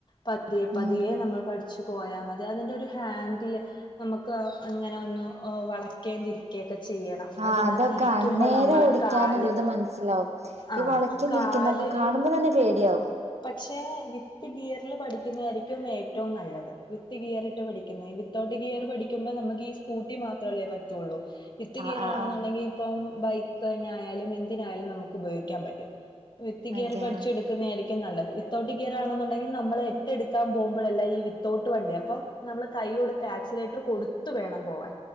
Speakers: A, on the left (about 40°); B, on the right (about 65°).
A: പതിയെ
B: ഉം
A: പതിയെ നമ്മള് പഠി ച്ച് പോയാ മതി അതിൻ്റെരു ഹാൻഡില് നമുക്ക് അങ്ങനെ ഒന്ന് ഒ വളക്കേണ്ടിരിക്കും ക്കേക്കെ ചെയ്യണം
B: ആഹ്
A: അതിനാത്തിരിക്കുമ്പ
B: അതൊക്കാണ് നേരെ
A: നമ്മള്
B: ഓടിക്കാനുള്ളത്
A: കാല്
B: മനസ്സിലാവും ഈ
A: ആഹ്
B: വളക്കും
A: കാല്
B: തിരിക്കുന്നൊക്കെ <unintelligible> തന്നെ പേടിയാവും
A: പക്ഷെ വിത്ത് ഗിയറില് പഠിക്കുന്നയാരിക്കും ഏറ്റവും നല്ലത് വിത്ത് ഗിയറിട്ട് പഠിക്കുന്നെ വി ത്തോട്ട് ഗിയറ് പഠിക്കുമ്പ നമുക്കീ സ്കൂട്ടി മാത്രല്ലേ പറ്റൂള്ളൂ വിത്ത്
B: ആഹ്
A: ഗിയറാണെന്നൊണ്ടെങ്കി
B: ആഹ് ആഹ്
A: ഇപ്പം ബൈക്കന്നെ ആയാലും എന്തിനായാലും നമുക്ക് ഉപയോഗിക്കാൻ പറ്റും വിത്ത് ഗിയറ്
B: അതെയോ
A: പഠിച്ചുെടുക്കുന്നയായിരിക്കും നല്ലത് വിത്തൗട്ട് ഗിയറാണെന്നൊണ്ടെങ്കി നമ്മളെ ട്ടെടുക്കാൻ പോമ്പോഴെല്ലാ ഈ വിത്തോട്ട് വണ്ടിയാപ്പം നമ്മള് കൈ കൊടുത്ത് ആക്സിലേറ്ററ് കൊടുത്ത് വേണം പോവാൻ